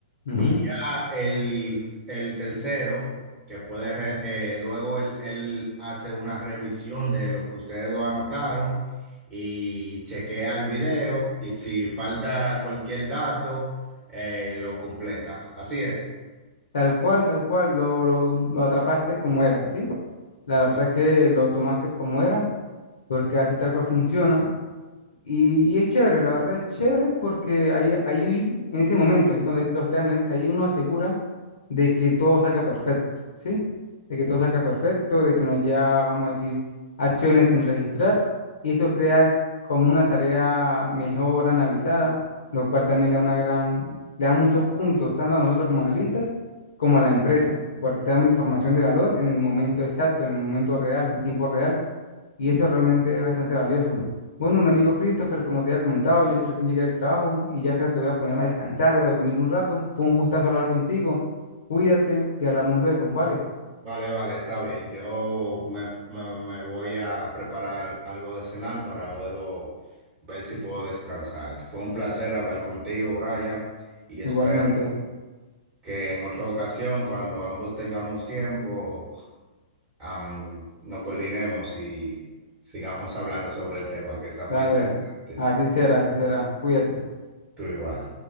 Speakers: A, on the left; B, on the right.
A: Ujú.
B: y ya el, el tercero, que puede, re- eh, luego él, él hace una revisión de lo que ustedes dos anotaron y chequea el video y si falta cualquier dato, eh, lo completa. Así es.
A: Tal cual, tal cual, lo, lo, lo atrapaste como era, ¿sí? La
B: Ajá,
A: verdad es que lo tomaste como era, porque así tal cual funciona. Y, y es chévere, la verdad es chévere porque ahí, ahí en ese momento, así cuando hay los tres analistas, ahí uno asegura de que todo salga perfecto, ¿sí? De que todo salga perfecto, de que no haya, vamos a decir, acciones sin registrar. Y eso crea como una tarea mejor analizada, lo cual también le da una gran, le da muchos puntos, tanto a nosotros como analistas, como a la empresa, porque está dando información de valor en el momento exacto, en el momento real, en tiempo real. Y eso realmente es bastante valioso. Bueno, mi
B: ok.
A: amigo Christopher, como te había comentado, yo recién llegué al trabajo y ya creo que voy a ponerme a descansar y a dormir un rato. Fue un gustazo hablar contigo. Cuídate y hablamos luego, ¿vale?
B: Vale, vale, está bien. Yo me, me- me voy a preparar algo de cenar para luego ver si puedo descansar. Fue un placer hablar contigo, Brian, y espero
A: Igualmente.
B: que en otra ocasión, cuando ambos tengamos tiempo, am, nos coordinemos y sigamos hablando sobre el tema, que está muy
A: Dale.
B: interesante.
A: Así será, así será. Cuídate.
B: Tú igual.